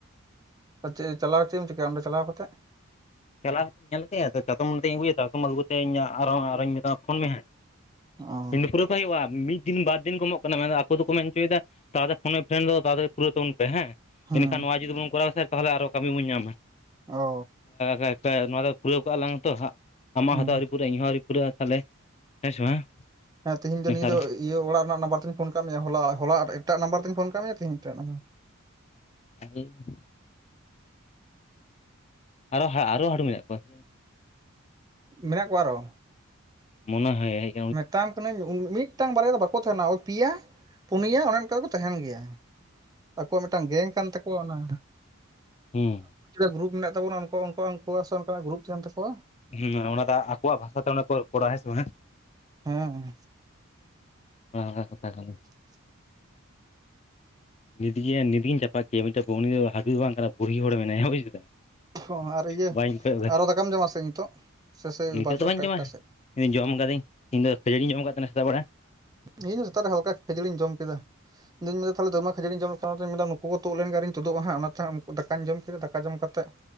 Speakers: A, on the right; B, on the left.
A: ᱪᱮᱜ ᱪᱟᱞᱟᱣ ᱪᱮᱫ ᱮᱢ ᱪᱤᱠᱟᱹᱭᱟ ᱚᱸᱰᱮ ᱪᱟᱞᱟᱣ ᱠᱟᱛᱮᱫ?
B: ᱪᱟᱞᱟᱣ ᱠᱟᱛᱮᱧ ᱧᱮᱞ ᱠᱮᱫᱟ ᱛᱚ ᱪᱟᱛᱚᱢ ᱠᱟᱛᱮᱧ ᱟᱹᱜᱩᱭᱟ ᱪᱟᱛᱚᱢ ᱟᱹᱜᱩ ᱠᱟᱛᱮᱧ ᱟᱨᱚ ᱟᱨᱚᱧ ᱢᱮᱛᱟᱢᱟ ᱯᱷᱳᱱ ᱢᱮ ᱦᱟᱸᱜ
A: ᱚ
B: ᱛᱤᱧ ᱫᱚ ᱯᱩᱨᱟᱹᱣ ᱠᱟᱜ ᱦᱩᱭᱩᱜᱼᱟ ᱢᱤᱫ ᱫᱤᱱ ᱵᱟᱨ ᱫᱤᱱ ᱠᱚ ᱮᱢᱚᱜ ᱠᱟᱱᱟ ᱢᱮᱱᱫᱚ ᱟᱠᱚ ᱫᱚᱠᱚ ᱢᱮᱱ ᱦᱚᱪᱚᱭᱮᱫᱟ ᱛᱟᱦᱚᱞᱮ ᱯᱷᱳᱱ ᱮᱯᱷᱮᱢ ᱫᱚ ᱛᱟᱲᱟᱛᱟᱲᱤ ᱯᱩᱨᱟᱹ ᱛᱟᱵᱚᱱ ᱦᱮᱸ
A: ᱦᱩᱸ
B: ᱮᱱᱠᱷᱟᱱ ᱱᱚᱣᱟ ᱡᱩᱫᱤ ᱵᱚᱱ ᱠᱚᱨᱟᱣ ᱠᱷᱟᱱ ᱛᱟᱦᱚᱞᱮ ᱟᱨᱚ ᱠᱟᱹᱢᱤ ᱵᱚᱱ ᱧᱟᱢᱟ
A: ᱚ
B: <unintelligible> ᱱᱚᱣᱟ ᱫᱚ ᱯᱩᱨᱟᱹᱣ ᱠᱟᱜᱼᱟ ᱞᱟᱝ ᱛᱚ ᱦᱟᱸᱜ। ᱟᱢᱟᱜ
A: ᱦᱩᱸ
B: ᱦᱚᱛᱚ ᱟᱹᱣᱨᱤ ᱯᱩᱨᱟᱹᱜᱼᱟ ᱤᱧᱦᱚᱸ ᱟᱹᱣᱨᱤ ᱯᱩᱨᱟᱹᱜᱼᱟ ᱛᱟᱦᱚᱞᱮ ᱦᱮᱸ <unintelligible> ᱦᱮᱸ
A: ᱦᱮᱸ ᱛᱮᱦᱤᱧ ᱫᱚ
B: ᱱᱮᱛᱟᱨ
A: ᱱᱤᱭᱟᱹ ᱫᱚ ᱤᱭᱟᱹ ᱚᱲᱟᱜ ᱨᱮᱱᱟᱜ ᱱᱟᱢᱵᱟᱨ ᱛᱤᱧ ᱯᱷᱳᱱ ᱟᱠᱟᱫ ᱢᱮᱭᱟ ᱦᱚᱞᱟ, ᱦᱚᱞᱟ ᱮᱴᱟᱜ ᱱᱟᱢᱵᱟᱨ ᱛᱤᱧ ᱯᱷᱳᱱ ᱠᱟᱫ ᱢᱮᱭᱟ ᱛᱤᱦᱤᱧ ᱮᱴᱟᱜ ᱱᱟᱢᱟᱨ
B: <unintelligible> ᱟᱨᱚ ᱟᱨᱚ ᱦᱟᱹᱬᱩ ᱢᱮᱱᱟᱜ ᱠᱚᱣᱟ।
A: ᱢᱮᱱᱟᱜ ᱠᱚᱣᱟ ᱟᱨᱦᱚ᱾
B: ᱢᱚᱱᱟ ᱦᱟᱭ-ᱦᱟᱭ᱾
A: ᱢᱮᱛᱟᱢ ᱠᱟᱹᱱᱟᱹᱧ ᱢᱤᱫᱴᱟᱝ ᱵᱟᱨᱭᱟ ᱫᱚ ᱵᱟᱠᱚ ᱛᱟᱦᱮᱱᱟ ᱚᱭ ᱯᱮᱭᱟ ᱯᱩᱱᱭᱟᱹ ᱚᱱᱮ ᱚᱱᱠᱟ ᱠᱚ ᱛᱟᱦᱮᱱ ᱜᱮᱭᱟ᱾ ᱟᱠᱚᱣᱟᱜ ᱢᱤᱫᱴᱟᱱ ᱜᱮᱝ ᱠᱟᱱ ᱛᱟᱠᱚᱣᱟ ᱚᱱᱟ᱾
B: ᱦᱮᱸ᱾
A: ᱪᱮᱠᱟ ᱜᱩᱨᱩᱯ ᱢᱮᱱᱟᱜ ᱛᱟᱵᱚᱱᱟ ᱚᱱᱠᱟ- ᱚᱱᱠᱟ-ᱚᱱᱠᱟ ᱥᱮ ᱚᱱᱠᱟᱱᱟᱜ ᱜᱩᱨᱩᱯ ᱛᱟᱦᱮᱱ ᱛᱟᱠᱚᱣᱟ᱾
B: ᱦᱮᱸ ᱚᱱᱟ ᱫᱚ ᱟᱠᱚᱣᱟᱜ ᱵᱷᱟᱥᱟᱛᱮ ᱚᱱᱟ ᱠᱚ ᱨᱚᱯᱚᱲᱟ ᱦᱮᱸ ᱥᱮ ᱵᱟᱝ ᱦᱮᱸ᱾
A: ᱦᱮᱸ-ᱦᱮᱸ᱾
B: ᱚᱱᱮ ᱚᱱᱠᱟ ᱠᱟᱛᱦᱟ ᱠᱟᱱ ᱜᱮᱭᱟ᱾
A: <unintelligible>
B: ᱱᱤᱛᱜᱮ ᱱᱤᱛᱜᱤᱧ ᱪᱟᱯᱟᱫ ᱠᱮᱭᱟ ᱢᱤᱫᱴᱮᱱ ᱩᱱᱤ ᱫᱚ ᱦᱟᱹᱲᱩ ᱫᱚ ᱵᱟᱝ ᱠᱟᱱᱟ ᱵᱩᱲᱦᱤ ᱦᱚᱲ ᱢᱮᱱᱟᱭᱟ ᱵᱩᱡ ᱠᱮᱫᱟᱢ᱾
A: ᱚᱸ ᱟᱨ ᱤᱭᱟᱹ
B: ᱵᱟᱹᱧ ᱠᱚᱭᱚᱜ ᱠᱟᱫᱮᱭᱟ
A: ᱟᱨᱦᱚ ᱫᱟᱠᱟᱢ ᱡᱚᱢᱟ ᱥᱮ ᱱᱤᱛᱚᱜ᱾ ᱥᱮ ᱥᱮ
B: ᱱᱤᱛᱚᱜ
A: ᱵᱟᱨᱚᱴᱟ
B: ᱫᱚ ᱵᱟᱹᱧ ᱡᱚᱢᱟ
A: ᱮᱠᱴᱟ ᱥᱮᱫ
B: ᱤᱧ ᱫᱚ ᱡᱚᱢ ᱟᱠᱟᱫᱟᱹᱧ ᱤᱧᱫᱚ ᱠᱷᱟᱹᱡᱟᱹᱲᱤᱧ ᱡᱚᱢ ᱟᱠᱟᱫ ᱛᱟᱦᱮᱱᱟ ᱥᱮᱛᱟᱜ ᱵᱮᱲᱟ᱾
A: ᱤᱧᱦᱚᱸ ᱥᱮᱛᱟᱜ ᱨᱮ ᱦᱟᱞᱠᱟ ᱠᱷᱟᱹᱡᱟᱹᱲᱤᱧ ᱡᱚᱢ ᱠᱮᱫᱟ᱾ ᱤᱫᱩᱧ ᱢᱮᱱᱫᱟ ᱛᱟᱦᱚᱞᱮ ᱫᱚᱢᱮ ᱠᱷᱟᱹᱡᱟᱹᱲᱤᱧ ᱡᱚᱢ ᱞᱮᱠᱷᱟᱱ ᱚᱱᱟᱛᱮᱧ ᱢᱮᱱᱫᱟ ᱱᱩᱠᱩ ᱠᱚ ᱛᱩᱜ ᱞᱮᱱ ᱜᱮ ᱟᱨ ᱤᱧ ᱛᱩᱫᱩᱜᱼᱟ ᱦᱟᱸᱜ ᱚᱱᱟᱛᱮ ᱩᱱᱠᱩ ᱡᱚᱢ ᱫᱟᱠᱟᱧ ᱡᱚᱢ ᱠᱮᱫᱟ ᱫᱟᱠᱟ ᱡᱚᱢ ᱠᱟᱛᱮᱜ᱾